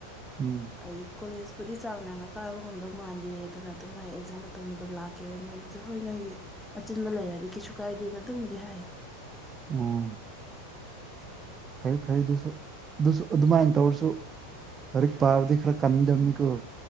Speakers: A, on the right; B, in the centre.
A: <inaudible>
B: ꯑꯩ ꯀꯣꯂꯦꯖꯄꯨꯗꯤ ꯆꯥꯡꯅꯥꯏꯅ ꯀꯥꯏꯕ ꯉꯝꯗꯧ ꯃꯥꯟꯗꯦ ꯑꯗꯨꯅ ꯑꯗꯨꯝ ꯑꯩ ꯑꯦꯛꯖꯥꯝ ꯃꯇꯝꯗ ꯑꯗꯨꯝ ꯂꯥꯛ ꯀꯦ ꯃꯣꯏꯅꯖꯨ ꯍꯣꯏ ꯅꯣꯏꯒꯤ ꯑꯆꯤꯟꯕ ꯂꯩꯔꯗꯤ ꯀꯩꯁꯨ ꯀꯥꯏꯗꯦꯅ ꯑꯗꯨꯝꯕꯨꯗꯤ ꯍꯥꯏꯌꯦ
A: ꯑꯣ ꯐꯩ ꯐꯩ ꯑꯗꯨꯁꯨ ꯑꯗꯨꯁꯨ ꯑꯗꯨꯃꯥꯏꯅ ꯇꯧꯔꯁꯨ ꯂꯥꯏꯔꯤꯛ ꯄꯥꯕꯗꯤ ꯈꯔ ꯀꯟꯗꯕꯅꯤꯀꯣ